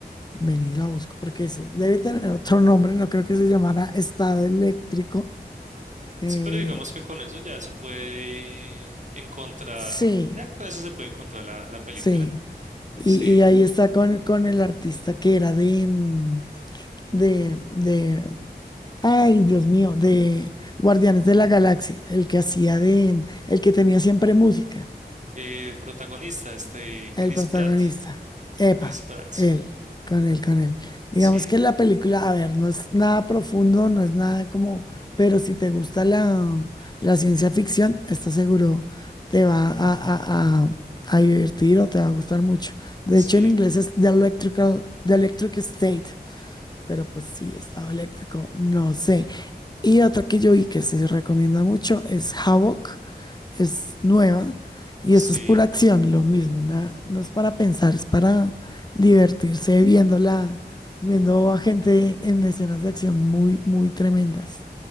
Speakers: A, on the left (about 25°); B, on the right (about 45°).
A: vení, la busco porque eso debe tener otro nombre. No creo que se llamara Estado Eléctrico. Eh,
B: Sí, pero digamos que con eso ya se puede encontrar,
A: sí,
B: ya con eso se puede encontrar la, la película.
A: sí. Y,
B: Sí.
A: y ahí está con, con el artista que era de... mm, de, de, ay, Dios mío, de Guardianes de la Galaxia, el que hacía de, el que tenía siempre música,
B: Eh, El protagonista, este,
A: el
B: Chris
A: protagonista.
B: Pratt.
A: Epa,
B: Chris Pratt, sí.
A: él, con él, con él. Digamos
B: Sí,
A: que la película, a ver, no es nada profundo, no es nada como, pero si te gusta la, la ciencia ficción, está seguro te va a, a, a a divertir o te va a gustar mucho. De
B: sí,
A: hecho, en inglés es The Electrical, The Electric State. Pero pues sí, estado eléctrico, no sé. Y otra que yo vi que se recomienda mucho es Havoc, es nueva y
B: sí.
A: esta es pura acción, lo mismo, na- no es para pensar, es para divertirse viéndola, viendo a gente en escenas de acción muy, muy tremendas.